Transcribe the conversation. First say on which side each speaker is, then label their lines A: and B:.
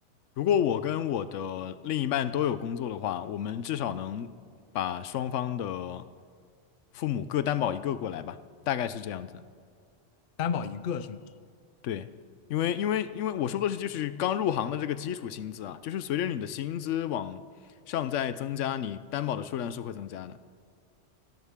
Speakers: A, on the left; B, on the left.
A: 如果我跟我的另一半都有工作的话，我们至少能把双方的父母各担保一个过来吧，大概是这样子。
B: 担保一个是吗？
A: 对，因为因为因为我说的是就是刚入行的这个基础薪资啊，就是随着你的薪资往上在增加，你担保的数量是会增加的。